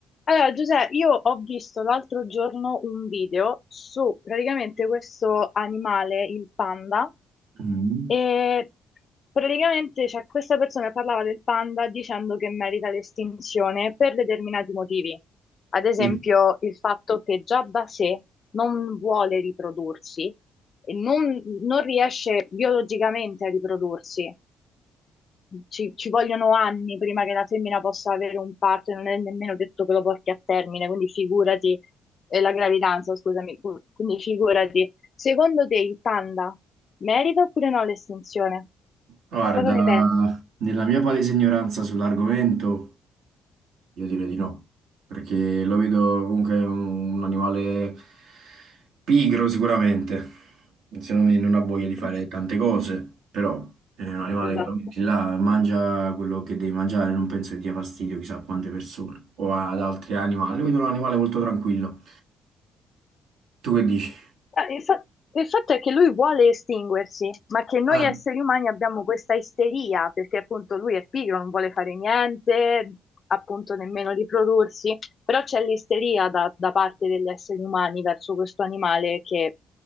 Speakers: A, on the left; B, on the right.
A: Allora, Giuseppe, io ho visto l'altro giorno un video su praticamente questo animale, il panda,
B: Mm.
A: e praticamente cioè, questa persona che parlava del panda dicendo che merita l'estinzione per determinati motivi. Ad esempio,
B: Sì.
A: il fatto che già da sé non vuole riprodursi e non, non riesce biologicamente a riprodursi ci, ci vogliono anni prima che la femmina possa avere un parto e non è nemmeno detto che lo porti a termine, quindi figurati, eh, la gravidanza, scusami, cu- quindi figurati. Secondo te il panda merita oppure no l'estinzione?
B: Guarda,
A: Cosa ne pensi?
B: nella mia palese ignoranza sull'argomento, io direi di no, perché lo vedo comunque un, un animale pigro sicuramente, secondo me non ha voglia di fare
A: <laughs>
B: tante cose, però è un animale
A: Esatto.
B: che lo metti là, mangia quello che devi mangiare, non penso che dia fastidio chissà a quante persone o ad altri animali, lo vedo un animale molto tranquillo. Tu che dici?
A: Eh, Il fa- il fatto è che lui vuole estinguersi, ma che noi
B: Ah,
A: esseri umani abbiamo questa isteria, perché appunto lui è pigro, non vuole fare niente, appunto nemmeno riprodursi, però c'è l'isteria da, da parte degli esseri umani verso questo animale che